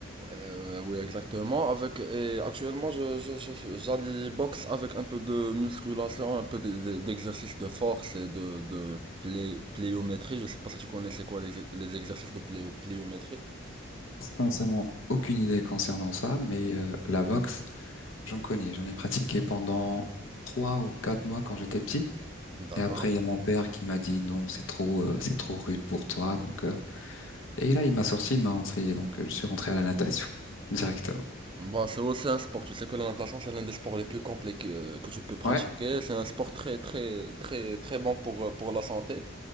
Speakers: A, on the right; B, on the left.
A: Euh, oui, exactement. Avec, et actuellement, je, je, je- j'allie boxe avec un peu de musculation, un peu d- d- d'exercice de force et de, de plé- pliométrie. Je sais pas si tu connais c'est quoi les, les exercices de plé- pliométrie.
B: Sincèrement, aucune idée concernant ça, mais euh, la boxe, j'en connais. J'en ai pratiqué pendant trois ou quatre mois quand j'étais petit.
A: D'accord.
B: Et après, il y a mon père qui m'a dit non, c'est trop, euh, c'est trop rude pour toi. Donc euh, Et là, il m'a sorti, il m'a rentré, donc euh, je suis rentré à la natation <laughs> directement.
A: Bon, c'est aussi un sport. Tu sais que la natation, c'est l'un des sports les plus complets que, que tu peux pratiquer.
B: Ouais,
A: C'est un sport très, très, très, très bon pour, euh, pour la santé